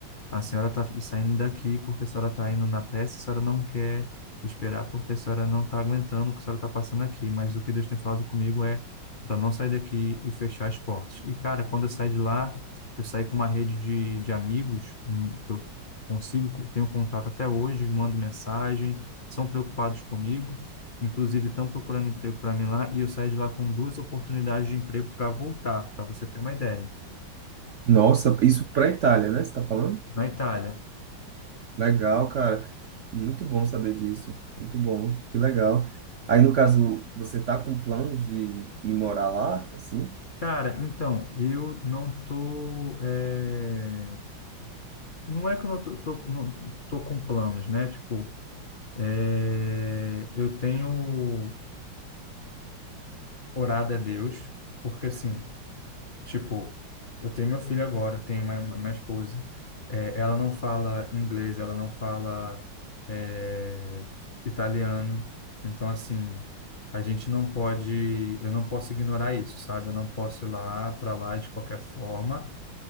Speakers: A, on the left (about 75°); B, on the right (about 75°).
A: A senhora está saindo daqui porque a senhora está indo na pressa, a senhora não quer esperar porque a senhora não está aguentando o que a senhora está passando aqui. Mas o que Deus tem falado comigo é para não sair daqui e fechar as portas. E, cara, quando eu saí de lá, eu saí com uma rede de, de amigos, hum, eu consigo, tenho contato até hoje, mando mensagem, são preocupados comigo, inclusive estão procurando emprego para mim lá, e eu saí de lá com duas oportunidades de emprego para voltar, para você ter uma ideia.
B: Nossa, isso para a Itália, né? Você está falando?
A: Na Itália
B: Legal, cara. Muito bom saber disso. Muito bom. Que legal. Aí, no caso, você tá com planos de ir morar lá, assim?
A: Cara, então, eu não tô. eh, Não é que eu não tô, tô- não tô com planos, né? Tipo, eh, eu tenho orado a Deus, porque assim, tipo, eu tenho meu filho agora, tenho uma- uma- minha esposa. eh, ela não fala inglês, ela não fala, eh, italiano. Então, assim, a gente não pode. Eu não posso ignorar isso, sabe? Eu não posso ir lá para lá de qualquer forma.